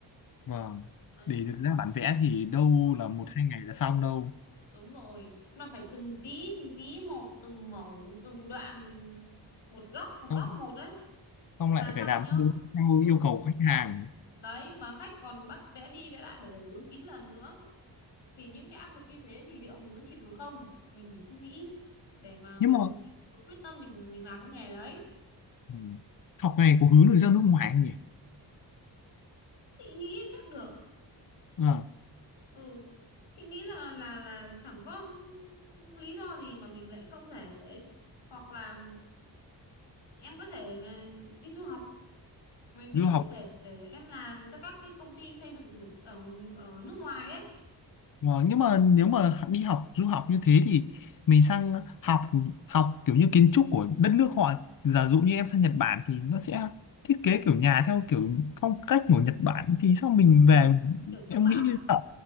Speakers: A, on the left; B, on the left.
A: vâng
B: đấy
A: để được ra bản vẽ thì đâu
B: ờ
A: là một hai ngày là xong đâu
B: đúng rồi nó phải từng tí từng tí một từng mẩu từng đoạn một góc một góc
A: không
B: một đấy
A: không lại
B: mà xong
A: phải làm
B: rồi nhá
A: theo theo
B: ừ
A: yêu cầu của khách hàng
B: đấy mà khách còn bắt vẽ đi vẽ lại bảy bảy bốn chín lần nữa thì những cái áp lực như thế thì liệu mình có chịu được không mình phải suy nghĩ để mà
A: nhưng
B: mình,
A: mà
B: mình có quyết tâm mình mình làm cái nghề đấy
A: ừ, học này có hướng được ra nước ngoài không nhỉ
B: chị nghĩ chắc được
A: à,
B: ừ chị nghĩ là là là chẳng có lý do gì mà mình lại không thể ấy. hoặc là em có thể ờ, đi du học ngành kiến
A: du
B: trúc
A: học
B: để để em làm cho các cái công ty xây dựng ở ở nước ngoài ấy
A: Ờ, nhưng mà nếu mà đi học du học như thế thì mình sang học học kiểu như kiến trúc của đất nước họ giả dụ như em sang Nhật Bản thì nó sẽ thiết kế kiểu nhà theo kiểu phong cách của Nhật Bản thì sao mình
B: ừ,
A: về
B: kiểu chống
A: em
B: bão
A: nghĩ sợ